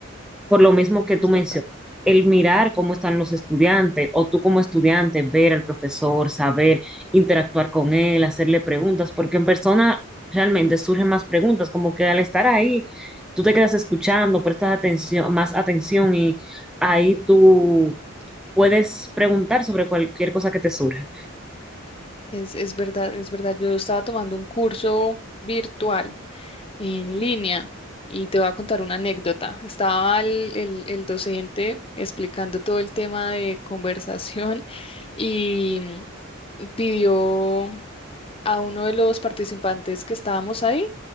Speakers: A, in the centre; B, on the left.
A: por lo mismo que
B: es
A: tú mencionas,
B: verdad.
A: el mirar cómo están los estudiantes o tú como estudiante, ver al profesor, saber interactuar con él, hacerle preguntas, porque en persona realmente surgen más preguntas, como que al estar ahí, tú te quedas escuchando, prestas atención, más atención y ahí tú puedes preguntar sobre cualquier cosa que te surja.
B: Es, es verdad, es verdad. Yo estaba tomando un curso virtual en línea y te voy a contar una anécdota. Estaba el, el- el docente explicando todo el tema de conversación <laughs> y pidió a uno de los participantes que estábamos ahí,